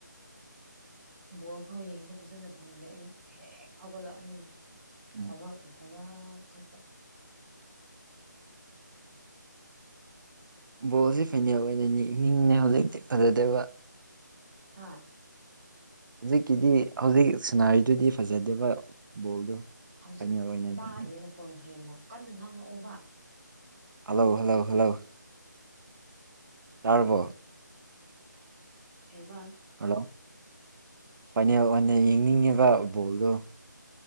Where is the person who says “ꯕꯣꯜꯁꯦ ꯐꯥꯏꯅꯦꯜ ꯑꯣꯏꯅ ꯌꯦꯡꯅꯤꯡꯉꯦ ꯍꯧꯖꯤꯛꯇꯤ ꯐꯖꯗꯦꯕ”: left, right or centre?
Right